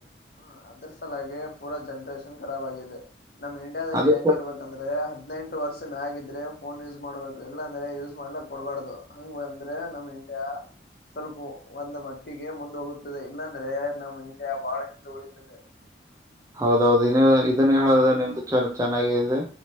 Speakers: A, on the left; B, on the right.
A: ಹ್ಮ, ಅದ್ರ, ಸಲಾಗೆ, ಪೂರಾ ಜನ್ರೇಷನ್? <inaudible> ಅಷ್ಟು, ಕರಾಬ್, ಆಗಿದೆ! ನಮ್ಮ್, ಇಂಡಿಯಾದಲ್ಲಿ
B: ಅದೇ
A: ಹೆಂಗಿರ್ಬೇಕಂದ್ರೆ, ಹದಿನೆಂಟು, ವರ್ಷ, ಮ್ಯಾಗಿದ್ದ? <inaudible> ಇದ್ರೆ, ಫೋನ್, ಯೂಸ್, ಮಾಡ್ಬೇಕು! ಇಲ್ಲಾ ಅಂದ್ರೆ, ಯೂಸ್, ಮಾಡ್ಲಕ್, ಕೊಡ್ಬಾರ್ದು, ಹಾಂಗೂ, ಬಂದ್ರೆ, ನಮ್, ಇಂಡಿಯಾ? <unintelligible> ಸ್ವಲ್ಪ, ಒಂದು, ಮಟ್ಟಿಗೆ ಮುಂದು, ಹೋಗುತ್ತದೆ, ಇಲ್ಲಾಂದ್ರೆ? <inaudible> ಅಂದ್ರೆ, ನಮ್ಮ್, ಇಂಡಿಯಾ, ಬಾಳ ಹಿಂದೆ ಉಳಿತದೆ! <inaudible>
B: ಹೌದೌದು, ಇನ್ನು, ಇದನ್ನು, ಹೇಳದು, ನಿಮ್ದು ಚನ್ನಾಗಿದೆ,